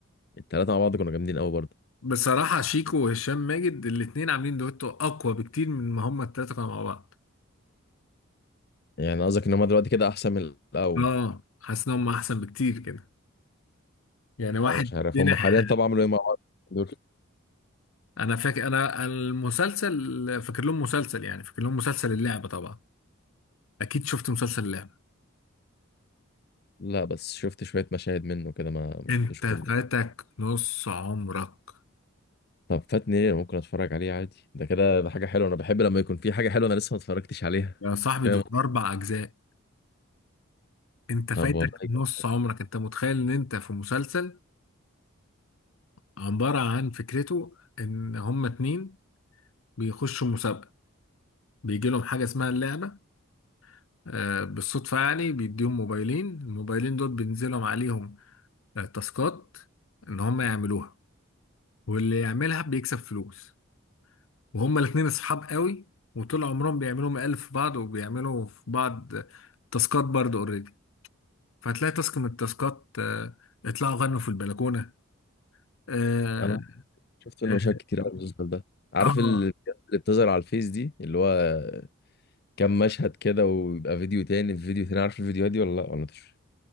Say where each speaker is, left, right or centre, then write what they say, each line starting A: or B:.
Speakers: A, on the left; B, on the left.
A: التلاته مع بعض كانوا جامدين قوي برضه
B: بصراحة شيكو وهشام ماجد الاتنين عاملين دويتو أقوى بكتير من ما هما التلاتة كانوا مع بعض
A: يعني قصدك ان هم دلوقتي كده احسن من الاول
B: اه حاسس إن هما أحسن بكتير كده يعني واحد
A: انا مش عارف
B: جنح
A: هم حاليا طبعا عملوا ايه مع بعض دول
B: انا فاكر انا المسلسل فاكر لهم مسلسل يعني فاكر لهم مسلسل اللعبة طبعا اكيد شفت مسلسل اللعبة
A: لا بس شفت شويه مشاهد منه كده ما ما
B: انت
A: شفتوش كله
B: فاتك نص عمرك
A: طب فاتني ليه أنا ممكن اتفرج عليه عادي ده كده ده حاجه حلوه انا بحب لما يكون في حاجه حلوه انا لسه ما اتفرجتش عليها
B: يا صاحبي
A: فاهم
B: دول اربع اجزاء انت فايتك
A: طب والله
B: نص
A: جامد.
B: عمرك انت متخيل ان انت في مسلسل عبارة عن فكرته ان هما اتنين بيخشوا مسابقة بيجي لهم حاجة اسمها اللعبة آه، بالصدفة يعني بيديهم موبايلين الموبايلين دول بينزلهم عليهم آه، تاسكات ان هما يعملوها واللي يعملها بيكسب فلوس وهما الاتنين اصحاب قوي وطول عمرهم بيعملوا مقالب في بعض وبيعملوا في بعض تاسكات برضه اوريدي فهتلاقي تاسك من التاسكات آه، اطلعوا غنوا في البلكونة اه
A: انا شفت منه
B: اه
A: مشاهد كتير قوي المسلسل ده عارف
B: آه،
A: ال- اللي بتظهر على الفيس دي اللي هو كام مشهد كده ويبقى فيديو تاني في فيديو تاني عارف الفيديوهات دي ولا لا ولا مش